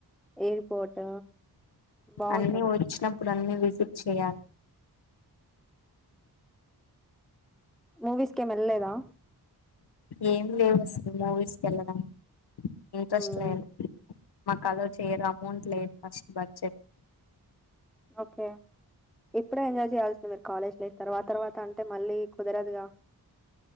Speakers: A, in the centre; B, on the left.
A: ఎయిర్పోర్ట్ బాగుంటది
B: అన్నీ వచ్చినప్పుడు అన్నీ విజిట్ చెయాలి.
A: మూవీస్ కేం వెెళ్ల్లేదా.
B: ఏం వేవ్ వస్తుంది మూవీస్కి వెళ్ళడం. ఇంట్రెస్ట్
A: ఉమ్,
B: లేదు. మాక్ అల్లో చెయ్యరా. అమౌంట్ లేదు ఫస్ట్ బడ్జెట్.
A: ఓకే ఇప్పుడే ఎంజాయ్ చేయయాల్సింది మీరు కాలేజ్ లైఫ్ తర్వాత్ తర్వాత అంటే మళ్ళీ కుదరదుగా.